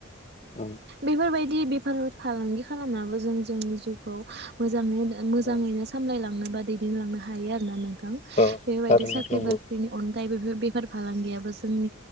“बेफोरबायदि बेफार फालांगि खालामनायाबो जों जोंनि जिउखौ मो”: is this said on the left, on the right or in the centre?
Right